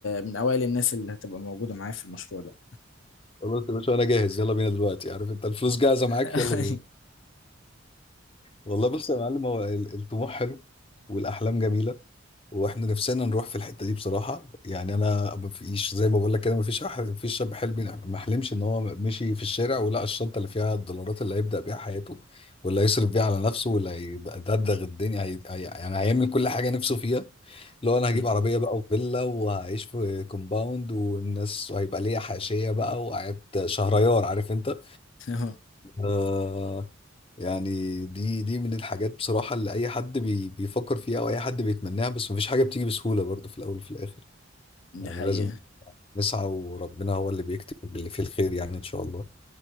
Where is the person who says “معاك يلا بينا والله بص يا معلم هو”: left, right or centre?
Left